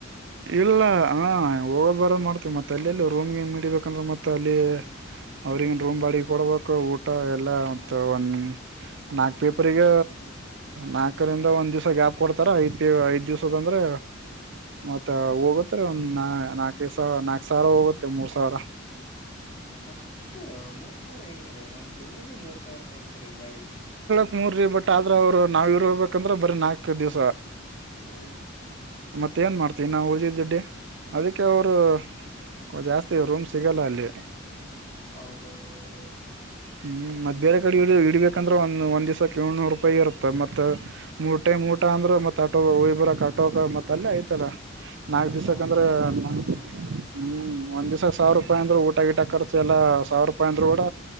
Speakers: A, on the right; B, on the left.
A: ಇಲ್ಲ ಹ ಹೋಗೋದ್ ಬರೋ ಮಾಡ್ತೀವಿ ಮತ್ತೆ ಅಲ್ಲೆಲ್ಲಿ ರೂಮ್ ಗಿಮ ಹಿಡಿಬೇಕಂದ್ರ ಮತ್ತ ಅಲ್ಲಿ. ಅವ್ರಗನು
B: ಹ್ಮ್
A: ರೂಮ್ ಬಾಡಿಗ ಕೊಡ್ಬೇಕು ಊಟ ಎಲ್ಲ ಮತ್ತ ಒಂದ. ನಾಕ್ ಪೇಪರಿಗ ನಾಕರಿಂದ ಒಂದ್ ದಿವಸ್ ಗ್ಯಾಪ್ ಕೊಡ್ತಾರ ಐದ್ ಪೇ ಐದ್ ದಿವ್ಸ. ತದಂದ್ರ. ಮತ್ತ ಹೋಗತ್ತರಿ ಒಂದ್ ನಾ ನಾಕೈ ಸ ನಾಕ ಸಾವಿರ ಹೋಗತ್ತೆ ಮೂರ್ ಸಾವಿರ
B: ಅಷ್ಟ ಮೂರ್ ಸಾವಿರ ಹೆಂಗರೀ ಒಂದ್ ತಿಂಗ್ಳಿಗೆ ಮೂರ್ ಸಾವಿರ ರೂಪಾಯಿ ಅನ್ತ್ರಿ ಬಾಡಿಗಿ.
A: ಹ್ಮ್ಮ್ ರಿ ಬಟ್ ಆದ್ರ ಅವ್ರು ನಾವ್ ಇರ್ರ್ಬೇ <unintelligible> ಕಂದ್ರ ಬರೆ ನಾಕೆ ದಿವ್ಸ
B: ಹ್ಮ್
A: ಮತ್ತ ಏನ ಮಾಡ್ತೀ ನಾವು ಉಳದಿದ್ದ ದುಡ್ಡೇ ಅದಕ್ಕೆ ಅವರು. ಕೊ ಜಾಸ್ತಿ ರೂಮ್ ಸಿಗೋಲ್ಲ ಅಲ್ಲಿ.
B: ಹೌದೌದ ಹೌದ ಹೌದು
A: ಹ್ಮ್ ಮತ್ ಬೇರೆ ಕಡೆ ಇ ಇಡ್ಬೇಕಂದ್ರ ಒಂದ ಒಂದ್ ದಿವ್ಸಕ್ ಏಳ್ನೂರು ರೂಪಾಯಿ ಇರುತ್ತ ಮತ್ ಮೂರ್ ಟೈಮ್. ಊಟ ಅಂದ್ರ ಮತ್ ಆಟೊ ಹೊಗಿಬರಕ್ ಆಟೋಕ ಮತ್ತ ಅಲ್ಲೇ ಐತಲ್ಲ. ನಾಕ್
B: ಎಲ್ಲಾ
A: ದಿವ್ಸಕಂದ್ರ
B: ಅಲ್ಲೇ ಆತ್ ಬಿಡ
A: ನಾ
B: ಹ್ಮ್
A: ಹ್ಮ್. ಒಂದ ದಿವ್ಸಕ ಸಾವಿರ್ ರೂಪಾಯಿ ಅಂದ್ರ ಊಟ ಗಿಟ್ ಖರ್ಚ್ ಎಲ್ಲ ಸಾವಿರ ರೂಪಾಯ ಅಂದ್ರುಗೂಡ